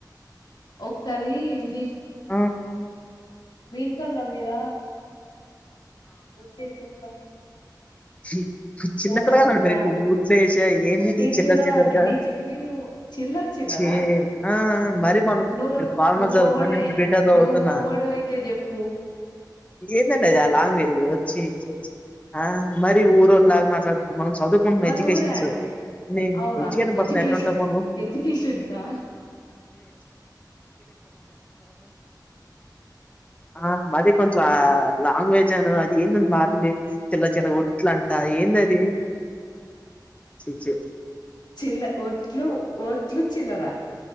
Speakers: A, on the left; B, on the left.
A: ఒకసారి మీ
B: ఆ
A: మీంల్ ర మీీద వట్టేసి చెప్పండి
B: హుమ్ హ్ చిన్నపిలగాలండి
A: పోతారా పోరా
B: మీరు ఇంకా
A: అని
B: ఊట్లో వేసి ఏంది ఇది
A: నేను
B: చిల్లరి
A: చిన్నదాన్ని
B: చిల్లరగా
A: నేను మీరు చిల్లర చిల్లరా
B: చీ ఆ మరి మన మీ
A: నువ్వు
B: ఫార్మా
A: నువ్వు
B: జదువుతున్నారు
A: మొగోడివై
B: నేను బీటా జ దువుతున్నా
A: నువ్వు మొగోడివైతే చెప్పు
B: ఇంకేంటండీ ఏ లాగ్ లేదు వచ్చి ఇచోచి ఆ మరి ఊరోల్లాగ మాట్లాడతవ్ మనం చదువుకు <unintelligible>
A: మాది
B: ఎడ్యుకేషన్ెన్
A: ఊరే అండి అవునా
B: ఎట్లాా మ ఎ్యకెన్
A: ఎడ్యుకేషన్
B: ఎట్లాంటా మ
A: ఎడ్యుకేషన్సా
B: ఆ మది కొంచెం ఆ లాంగ్వేజ్ను అది ఏంద మారండి చిల్ల చిల ఓట్ ఇట్లంట ఏంద అది చి చె
A: చిల్ల ఒట్లు ఓట్లు చిల్లర